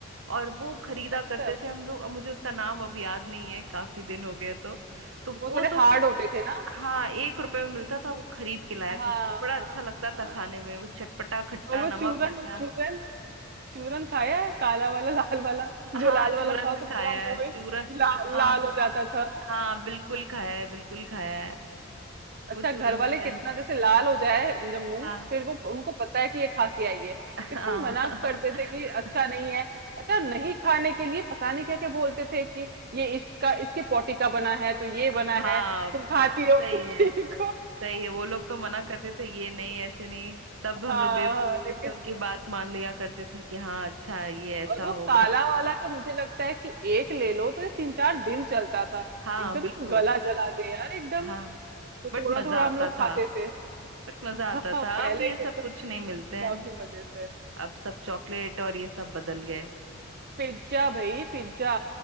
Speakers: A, on the right; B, on the right.
A: और वो खरीदा
B: अच्छा
A: करते थे हम लोग अब मुझे उसका नाम अब याद नहीं है काफी दिन हो गए तो तो
B: वो
A: वो
B: थोड़े
A: तो
B: हार्ड होते थे ना
A: हाँ एक रुपए में मिलता था वो खरीद के लाया
B: हाँ
A: करती थी बड़ा
B: हाँ
A: अच्छा लगता
B: हाँ
A: था खाने में वो चटपटा खट्टा
B: और वो
A: नमक
B: चूरन
A: ऐसा
B: चूरन चूरन खाया है काला वाला लाल वाला जो
A: हाँ
B: लाल वाला
A: चूरन
B: खाओ
A: भी
B: तो
A: खाया
B: पूरा मुंह
A: है
B: ही
A: चूरन
B: ला,
A: हाँ
B: लाल हो जाता था
A: हाँ बिल्कुल खाया है बिल्कुल खाया
B: अच्छा
A: वो चूरन
B: घर वाले
A: मीठा
B: कितना
A: है
B: जैसे लाल हो जाए जब मुंह
A: हाँ
B: फिर वो उनको पता है कि ये खा के आई है
A: हाँ
B: कितना मना करते
A: <laughs>
B: थे कि अच्छा नहीं है अच्छा नहीं खाने के लिए पता नहीं क्या क्या बोलते थे कि ये इसका इसके पोटी का बना है तो ये बना
A: हाँ
B: है तुम खाती हो <laughs>
A: सही
B: उसी
A: है
B: को
A: सही है वो लोग तो मना करते थे ये नहीं ऐसे नहीं तब हम
B: हाँ
A: लोग बेवकूफ
B: हाँ
A: की
B: लेकिन
A: जैसे उनकी बात मान लिया करते थे कि हाँ अच्छा है, ये ऐसा
B: और वो
A: होगा
B: काला वाला तो मुझे लगता है कि एक ले लो तो ये तीन चार दिन चलता था
A: हाँ
B: एकदम
A: बिल्कुल
B: ना गला जला दे यार एकदम
A: हाँ
B: तो थोड़ा
A: बट मजा
B: थोड़ा
A: आता
B: हम लोग खाते
A: था
B: थे <laughs>
A: बट मजा आता
B: पहले
A: था अब ये
B: के
A: सब
B: तो
A: कुछ नहीं मिलते
B: काफी
A: हैं
B: मजे थे
A: अब सब चॉकलेट और ये सब बदल गए
B: पिज्जा भाई पिज्जा